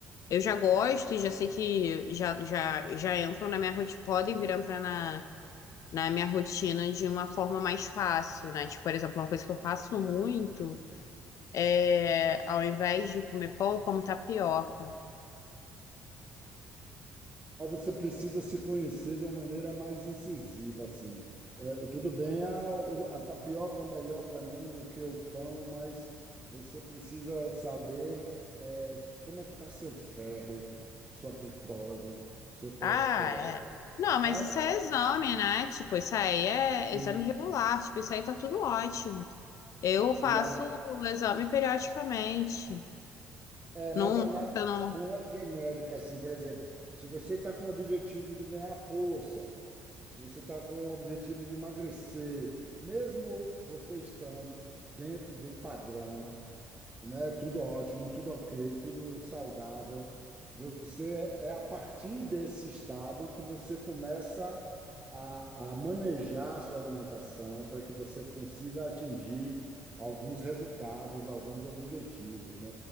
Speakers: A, on the left (about 60°); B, on the right (about 25°).
A: eu já gosto e já sei que já, já, já entram na minha rotina, podem vir a entrar na, na minha rotina de uma forma mais fácil, né? Tipo, por exemplo, uma coisa que eu faço muito é, ao invés de comer pão, eu como tapioca.
B: Mas você precisa se conhecer de uma maneira mais incisiva, assim. É, tudo bem, a, o- a tapioca é melhor para mim do que o pão, mas você precisa saber é, como é que está seu ferro, sua glicose, seu colesterol,
A: Ah, é. Não,
B: sabe?
A: mas isso é exame, né? Tipo, isso aí é
B: Hum.
A: exame regular, tipo, isso aí tá tudo ótimo. Eu faço
B: E aí,
A: o exame periodicamente.
B: é,
A: Não,
B: mas a
A: não,
B: análise
A: eu não.
B: não é genérica, assim, por exemplo, se você está com o objetivo de ganhar força, Se você está com o objetivo de emagrecer, mesmo você estando dentro do padrão, né, tudo ótimo, tudo ok, tudo saudável, você é a partir desse estado que você começa a, a manejar a sua alimentação para que você consiga atingir alguns resultados, alguns objetivos, né?